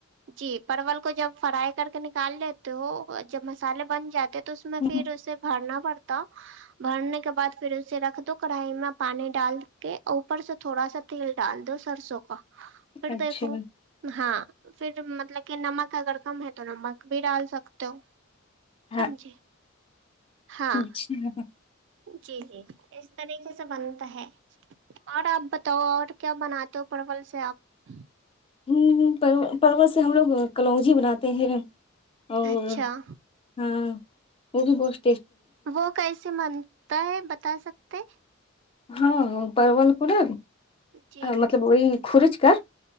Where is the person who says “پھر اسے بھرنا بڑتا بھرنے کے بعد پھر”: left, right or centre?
Right